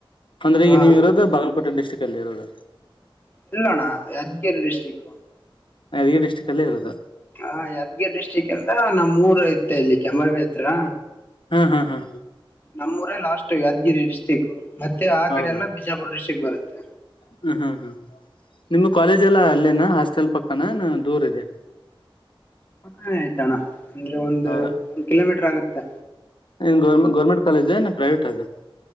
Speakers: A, on the left; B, on the left.
A: ಅಂದ್ರೆ
B: ಹಾ
A: ಈಗ ನೀವು ಇರೋದು ಬಾಗಲಕೋಟೆ ಡಿಸ್ಟ್ರಿಕ್ ಅಲ್ಲಿ ಇರೋದು
B: ಇಲ್ಲೋಣ್ಣ ಯಜ್ಗೇರಿ ಡಿಸ್ಟ್ರಿಕ್
A: ನ ಅದಗ ಡ್ಟಿಕ್ಲ್ಲಿ ಇೋದು
B: ಹಾ ಯಾದ್ಗಿರ್ ಡಿಸ್ಟ್ರಿಕ್ ಎಂದ ನಮ್ಮ್ ಮೂೂರ ಇತ್ತ ಇಲ್ಲಿ ಕೆಂಬಲ್ಬತ್ರ
A: ಹ್ಮ್ ಹ್ಮ್ ಹ್ಮ್
B: ನಮ್ಮ್ೂರ ಲಾಸ್ಟ್ ಯಾದಗಿರಿ ಡಿಸ್ಟ್ರಿಕ್ ಮತ್ತೆ ಆ ಕಡೆ
A: ಹೌದಾ
B: ಎಲ್ಲ ಬಿಜಾಪುರ ಡಿಸ್ಟ್ರಿಕ್ ಬರುತ್ತೆ
A: ಹ್ಮ್ ಹ್ಮ್ ಹ್ಮ್ ನಿಮ್ ಕಾಲೇಜ್ ಎಲ್ಲ ಅಲ್ಲೇನ ಹಾಸ್ಟೆಲ್ ಪಕ್ಕನ ನ ದೂರ ಇದಿಯ
B: ಅಲ್ಲೆ ಐಯ್ತಣ್ಣ ಅಂದ್ರೆ ಒಂದು
A: ಹೌದಾ
B: ಒಂದ್ ಕಿಲೋಮೀಟರ್ ಆಗತ್ತೆ
A: ಏನ್ ಗೌರ್ಮೆ ಗೌರ್ಮೆಂಟ್ ಕಾಲೇಜ ಎನ ಪ್ರೈವೇಟ್ ಅದು